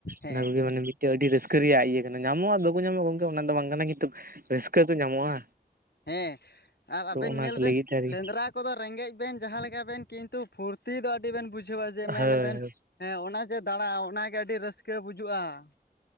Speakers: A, on the left; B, on the right.
A: ᱦᱮᱸ
B: ᱚᱱᱟ ᱠᱩᱜᱮ ᱢᱟᱱᱮ ᱢᱤᱫᱴᱮᱡ ᱟᱹᱰᱤ ᱨᱟᱹᱥᱠᱟᱹ ᱨᱮᱭᱟᱜ ᱤᱭᱟᱹ ᱠᱟᱱᱟ ᱧᱟᱢᱚᱜ-ᱟ ᱟᱨ ᱵᱟᱠᱩ ᱧᱟᱢᱚᱜ-ᱟ ᱜᱚᱝᱠᱮ ᱚᱱᱟ ᱫᱚ ᱵᱟᱝ ᱠᱟᱱᱟ ᱠᱤᱱᱛᱩ ᱨᱟᱹᱥᱠᱟᱹ ᱫᱚ ᱧᱟᱢᱚᱜᱼᱟ
A: ᱦᱮᱸ ᱟᱨ
B: ᱛᱚ
A: ᱟᱵᱮᱱ
B: ᱚᱱᱟ
A: ᱧᱮᱞ
B: ᱠᱚ
A: ᱵᱮᱱ
B: ᱞᱟᱹᱜᱤᱫ ᱛᱮ ᱟᱨᱠᱤ
A: ᱥᱮᱸᱫᱽᱨᱟ ᱠᱚᱫᱚ ᱨᱮᱸᱜᱮᱡ ᱵᱮᱱ ᱡᱟᱦᱟᱸ ᱞᱮᱠᱟ ᱵᱮᱱ ᱠᱤᱱᱛᱩ ᱯᱷᱩᱨᱛᱤ ᱫᱚ ᱟᱰᱤ ᱵᱮᱱ ᱵᱩᱡᱷᱟᱹᱣᱟ ᱡᱮ ᱢᱮᱱ
B: ᱦᱳᱭ
A: ᱟᱵᱮᱱ, ᱦᱮᱸ ᱚᱱᱟ ᱡᱮ ᱫᱟᱬᱟ ᱚᱱᱟᱜᱮ ᱟᱹᱰᱤ ᱨᱟᱹᱥᱠᱟᱹ ᱵᱩᱡᱩᱜ-ᱟ ᱾